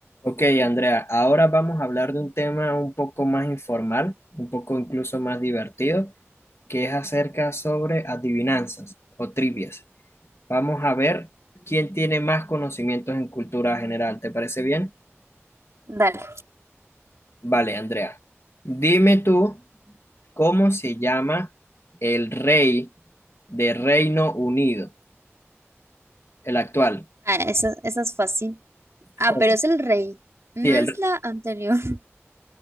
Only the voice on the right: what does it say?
Dale.
Ah, esa esa es fácil. Ah,
pero es el rey. No
es
la anterior. <laughs>